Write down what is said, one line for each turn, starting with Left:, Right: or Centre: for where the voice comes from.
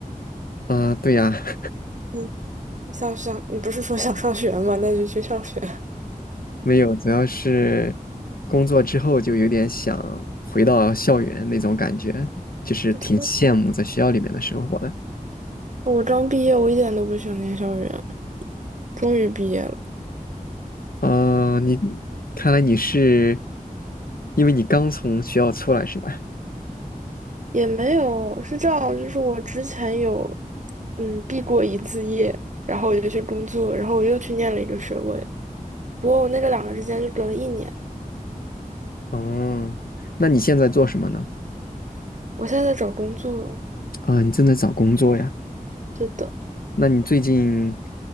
Left: 啊，对呀，<laughs>
Right: 嗯，你想上，你不是说想上学吗？那就去上学。
Left: 没有，主要是工作之后就有点想回到校园那种感觉，就是挺羡慕在学校里面的生活的。
Right: <laughs> 我刚毕业，我一点都不想念校园，终于毕业了，
Left: 啊，你看来你是，因为你刚从学校出来是吧？
Right: 也没有，是这样，就是我之前有，嗯，毕过一次业，然后我就去工作，然后我又去念了一个学位，不过我那个两个之间就隔了一年，
Left: 哦，那你现在做什么呢？
Right: 我现在在找工作，
Left: 啊，你正在找工作呀？
Right: 对的
Left: 那你最近，